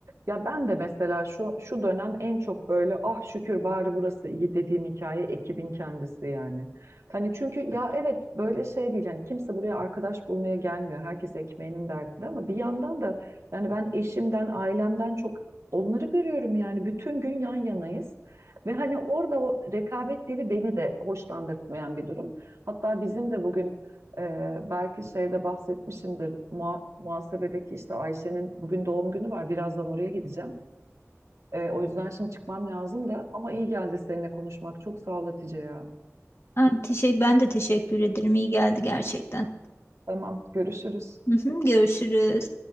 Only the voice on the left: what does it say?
Ha, teşekkür, ben de teşekkür ederim. İyi geldi gerçekten.
Hı hı, görüşürüz.